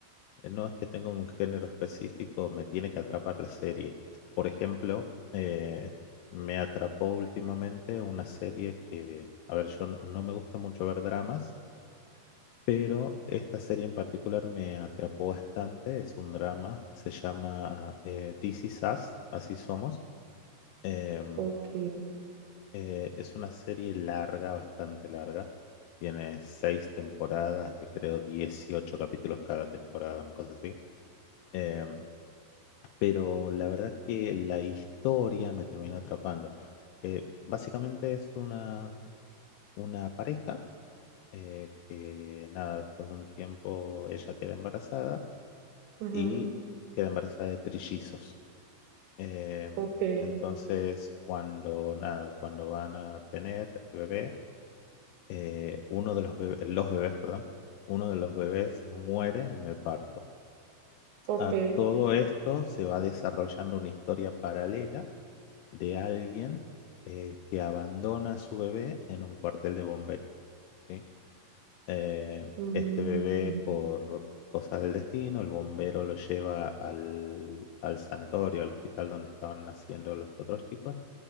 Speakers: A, on the left; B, on the right.
A: eh, no es que tenga un género específico, me tiene que atrapar la serie. Por ejemplo, eh, me atrapó últimamente una serie que, a ver, yo no, no me gusta mucho ver dramas, pero esta serie en particular me atrapó bastante, es un drama, se llama eh, This Is Us, Así Somos. Em,
B: Ok.
A: eh, es una serie larga, bastante larga. Tiene seis temporadas de creo 18 capítulos cada temporada, una cosa así. Em, pero la verdad que la historia me terminó atrapando. Eh, básicamente es una, una pareja eh, que, nada, después de un tiempo ella queda embarazada
B: ujú,
A: y queda embarazada de trillizos. Em,
B: Ok.
A: entonces, cuando, nada, cuando van a tener el bebé eh, uno de los bebés, los bebés, perdón, uno de los bebés muere en el parto.
B: Ok.
A: A todo esto se va desarrollando una historia paralela de alguien eh, que abandona a su bebé en un cuartel de bomberos. ¿sí? Eh,
B: mm,
A: este bebé por cosas del destino, el bombero lo lleva al, al sanatorio, al hospital donde estaban naciendo los otros chicos